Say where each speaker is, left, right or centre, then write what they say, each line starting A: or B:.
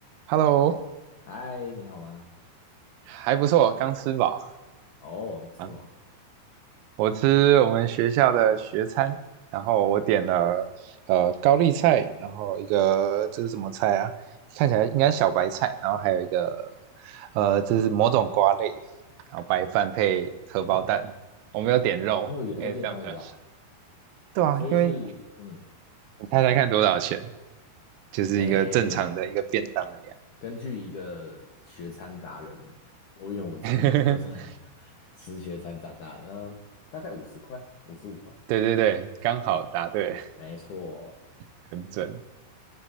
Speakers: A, on the right; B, on the left.
A: Hello，
B: 嗨，你好吗？
A: 还不错，刚吃饱
B: 哦，你吃什么？
A: 啊。我吃我们学校的学餐，然后我点了呃高丽菜，然后一个这是什么菜啊？看起来应该小白菜，然后还有一个呃这是某种瓜类，然后白饭配荷包蛋。我没有点肉，
B: 哦，也太健康了吧！
A: 因为这样比较省。对啊，
B: 所以是，
A: 因为
B: 嗯，
A: 你猜猜看多少钱？
B: 请说。
A: 就是一个正常的一个便当的量。
B: 诶，根据一个学餐达人，我因为我之前特餐
A: <laughs>
B: <laughs> 吃学餐长大的，嗯，大概五十块，五十五块，
A: 对对对，刚好答对，
B: 没错。
A: 很准。